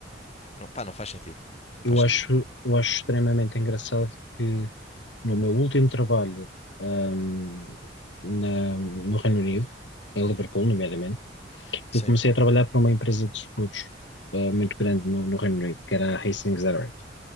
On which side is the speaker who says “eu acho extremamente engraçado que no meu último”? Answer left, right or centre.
Left